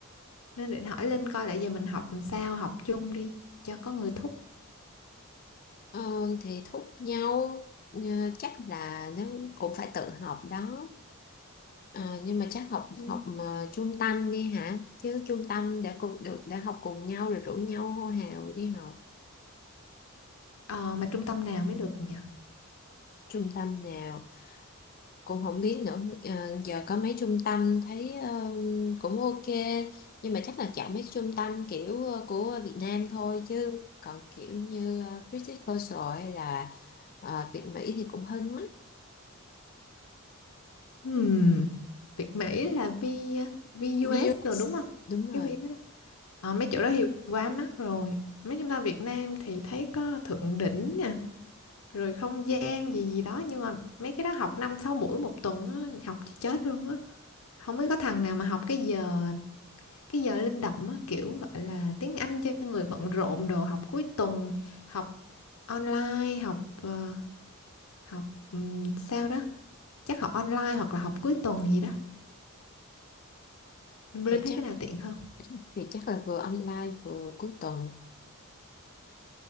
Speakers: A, on the left; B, on the left.
A: Nên định hỏi Linh coi là giờ mình học làm sao, học chung đi cho có người thúc.
B: ờ, thì thúc nhau ờ, chắc là nó cũng phải tự học đó Ờ, nhưng mà chắc học
A: Ừ.
B: học mà trung tâm đi hả chứ trung tâm đã cùng được đã học cùng nhau rồi rủ nhau hô hào đi học
A: Ờ mà trung tâm nào mới được nhỉ?
B: trung tâm nào cũng không biết nữa Ờ, giờ có mấy trung tâm thấy ờ, cũng ok nhưng mà chắc là chọn mấy trung tâm kiểu ờ, của Việt Nam thôi chứ còn kiểu như ờ, British Coastal hay là ờ, Việt Mỹ thì cũng hơi mắc
A: hmm Việt Mỹ là V VUS
B: VUS
A: rồi đúng không?
B: đúng
A: Cái
B: rồi
A: V đó. Ờ, mấy chỗ đó thì quá mắc rồi. Mấy chúng ta Việt Nam thì thấy có Thượng Đỉnh nè, rồi không gian gì gì đó nhưng mà mấy cái đó học 5 6 buổi một tuần á, học cho chết luôn á. Không biết có thằng nào mà học cái giờ cái giờ linh động á, kiểu gọi là tiếng Anh cho người bận rộn đồ học cuối tuần, học online, học ờ, học ừm, sao đó, chắc học online hoặc là học cuối tuần gì đó. Linh
B: thì
A: thấy
B: chắc
A: cái nào tiện hơn?
B: thì chắc là vừa online vừa cuối tuần